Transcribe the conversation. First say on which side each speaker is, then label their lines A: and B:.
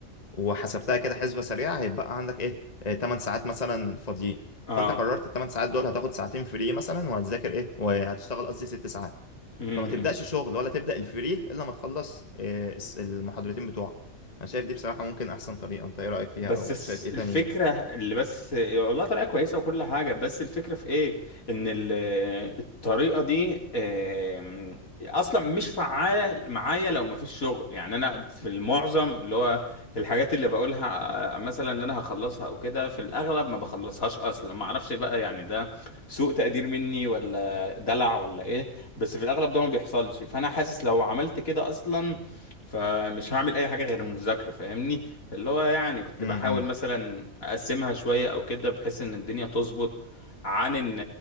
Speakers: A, on the left; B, on the left.
A: وحسبتها كده حسبة سريعة هيبقى عندك ايه آه، 8 ساعات مثلا فاضيين
B: اه
A: فانت قررت الثمان ساعات دول هتاخد ساعتين فري مثلا وهتذاكر ايه وهتشتغل قصدي ست ساعات
B: امم
A: فما تبدأش شغل ولا تبدأ الفري الا ما تخلص إيه، الس- المحاضرتين بتوعك انا شايف دي بصراحة ممكن احسن طريقة انت ايه رأيك فيها
B: بس
A: او
B: الس-
A: شايف ايه
B: الفكرة
A: تاني
B: اللي بس والله طريقة كويسة وكل حاجة بس الفكرة في ايه ان ال- الطريقة دي آم، اصلا مش فعالة معايا لو مفيش شغل يعني انا في المعظم اللي هو الحاجات اللي بقولها آه، مثلا ان انا هخلصها او كده في الاغلب ما بخلصهاش اصلا ما اعرفش بقى يعني ده سوء تقدير مني ولا دلع ولا ايه بس في الاغلب ده ما بيحصلش فانا حاسس لو عملت كده اصلا فمش هعمل اي حاجة غير المذاكرة فاهمني فاللي هو يعني كنت
A: امم
B: بحاول مثلا اقسمها شويه او كده بحيث ان الدنيا تظبط عن ان